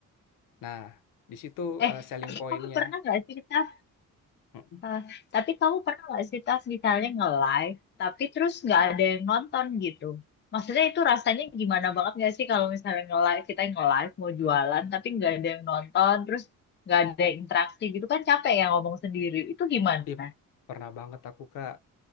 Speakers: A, on the left; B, on the left.
A: Nah, di situ
B: Eh,
A: eh, selling
B: tapi
A: pointnya.
B: kamu pernah nggak sih Tas?
A: Mm-mm.
B: eh, tapi kamu pernah nggak sih Tas misalnya nge-live, tapi terus nggak ada yang nonton gitu? Maksudnya itu rasanya gimana banget nggak sih kalau misalnya nge-live, kita yang nge-live mau jualan tapi nggak ada yang nonton, terus nggak ada interaksi gitu kan capek ya ngomong sendiri. Itu gimana?
A: Ih, pernah banget aku Kak,